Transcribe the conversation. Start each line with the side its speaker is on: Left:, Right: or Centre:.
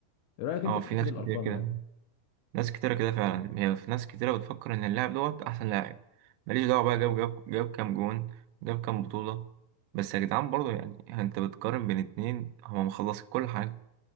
Left: ايه رايك
Right: أه
Left: انت في
Right: في
Left: حته
Right: ناس
Left: الارقام
Right: كتير كده
Left: يعني
Right: ناس كتيرة كده فعلا هي في ناس كتيرة بتفكر إن اللاعب دوت أحسن لاعب ماليش دعوة بقى جاب جاب جاب كام جون جاب كام بطولة بس يا جدعان برضه يعني أنت بتقارن بين اتنين هما مخلصين كل حاجة